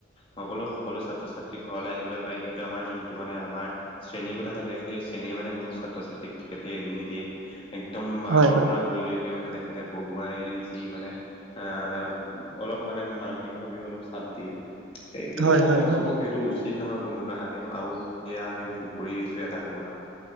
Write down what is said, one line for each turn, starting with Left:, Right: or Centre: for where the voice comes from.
Left: সকলো সকলো ছাত্ৰ-ছাত্ৰী ঘৰলৈ আহিবলৈ পায়, কিন্তু আমাৰ যোনটো মানে আমাৰ শ্ৰেণীৰ কোঠা থাকে সেই শ্ৰেণীৰ মানে কোনো ছাত্ৰ-ছাত্ৰীক তেখেতে এৰি নিদিয়ে একদম
Right: হয়
Left: আগৰ
Right: হয়
Left: পৰা। কৰিলৈকে মানে তেখেতে পঢ়োৱাই যি মানে এ অলপ মানে মানসিক ভাৱেও অলপ চাপ দিয়ে। সেইটো
Right: হয় হয়
Left: মই
Right: হয়।
Left: ভাবো সেইটো উচিত নহয় কোনো কাহানিও, আৰু সেয়া আমি ভোগ কৰি আহিছোঁ এটা সময়ত।